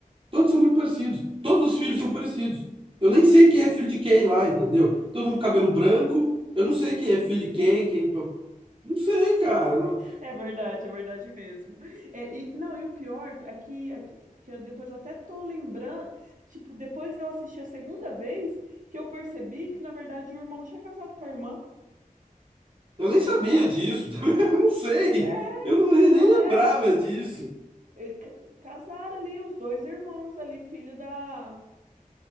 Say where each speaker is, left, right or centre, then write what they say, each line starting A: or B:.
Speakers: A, on the right (about 40°); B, on the right (about 65°).
A: Todos são muito parecidos. Todos os filhos são parecidos. Eu nem sei quem é filho de quem lá, entendeu? Todo mundo com cabelo branco. Eu não sei quem é filho de quem,
B: sim.
A: quem. Não sei, cara. Não-
B: É verdade, é verdade mesmo. É, e, não, e o pior, que aqui, aqui, que eu- depois eu até tô lembrando, tipo, depois de eu assistir a segunda vez, que eu percebi que, na verdade, o irmão tinha casado com a irmã,
A: Eu nem sabia
B: não é?
A: disso. <laughs> Também Eu não sei.
B: É,
A: Eu não- nem
B: não, é
A: lembrava
B: um...
A: disso.
B: ele ca- Casaram ali os dois irmãos ali, filho da...